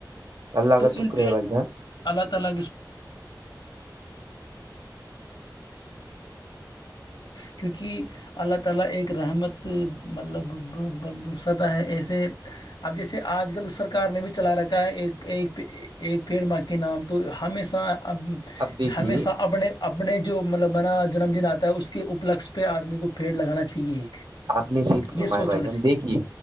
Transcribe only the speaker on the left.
تو
ان پہ
اللہ تعالی کیونکہ اللہ تعالی ایک رحمت مطلب ستا ہے ایسے اب جیسے آج کل سرکار نے بھی چلا رکھا ہے ایک ایک ایک پڑ ماں کے نام تو ہمیشہ اب
ہمیشہ اپنے اپنے جو مطلب بناا جنم دن آتا ہے اس کے اپلک پہ آدمی کو پیڑ لگانا چاہیے ایک
یہ سوچ
ہونا
چاہیے